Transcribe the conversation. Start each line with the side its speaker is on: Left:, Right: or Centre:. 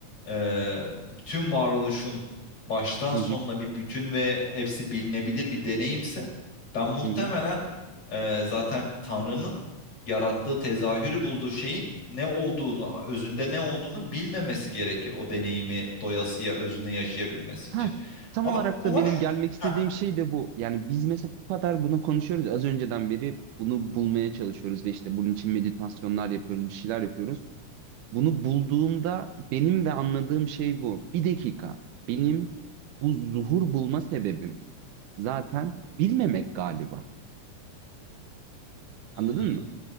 Left: e, tüm varoluşun baştan
Right: Hı
Left: sonuna
Right: hı.
Left: bir bütün ve hepsi bilinebilir bir deneyimse ben muhtemelen
Right: Hı hı.
Left: e, zaten Tanrı'nın yarattığı tezahürü bulduğu şeyin ne olduğunu, özünde ne olduğunu bilmemesi gerekir o deneyimi doyasıya özüne yaşayabilmesi
Right: Ha,
Left: için.
Right: tam
Left: Ama
Right: olarak
Left: ama
Right: da benim
Left: şu
Right: gelmek istediğim
Left: Heh.
Right: şey de bu. Yani biz mesela bu kadar bunu konuşuyoruz. Az önceden beri bunu bulmaya çalışıyoruz ve işte bunun için meditasyonlar yapıyoruz, bir şeyler yapıyoruz. Bunu bulduğumda benim de anladığım şey bu. Bir dakika. Benim bu zuhur bulma sebebim zaten bilmemek galiba.
Left: Hmm,
Right: Anladın mı?